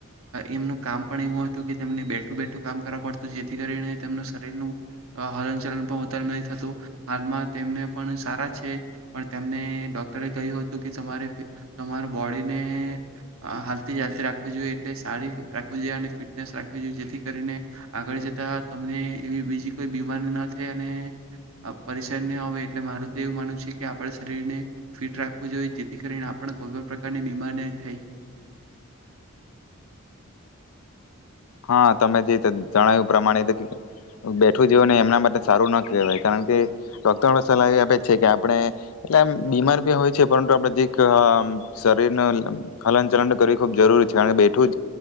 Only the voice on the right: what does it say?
એમનું કામ પણ એવું હતું કે તેમને બેઠું બેઠું કામ કરવા પડતું જેથી કરીને તેમનું શરીરનું. હલન ચલન પણ વધારે નહીં થતું હાલમાં તેમને પણ સારા છે પણ તેમને ડોક્ટરે કહ્યું હતું કે તમારે તમાર બોડીને હાલતી ચાલતી રાખવીું જોઈએ એટલે સારી રાખવીું જોઈએ અને ફિટનેસ રાખવી જોઈએ જેથી કરીને આગળ જતાં તમને એવી બીજી કોઈ બીમારી ના થાય અને પરેશાન ના આવે એટલે મારું તો એવું માનવ છે કે આપણા શરીરને ફિટ રાખવું જોઈએ જેથી કરીને આપણે કોઈ પણ પ્રકારની બીમારી ન થાય.